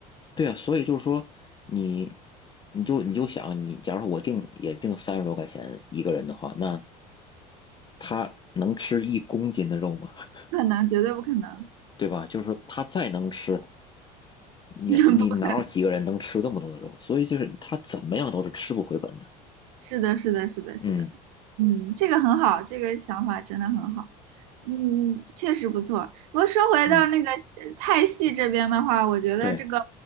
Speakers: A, on the left; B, on the right.
A: 对啊，所以就是说你你就你就想你，假如说我定也定三十多块钱一个人的话，那他能吃一公斤的肉吗？<laughs>
B: 不可能，绝对不可能。
A: 对吧？就是说他再能吃，你你哪有几个人能吃这么多的肉？
B: <laughs>
A: 所以就是他怎么样都是吃不回本的。
B: 是的，是的，是的，是的，
A: 嗯
B: 嗯，这个很好，这个想法真的很好，嗯，确实不错。不过说回到那个呃菜系这边的话，
A: 嗯，
B: 我觉得这个
A: 对，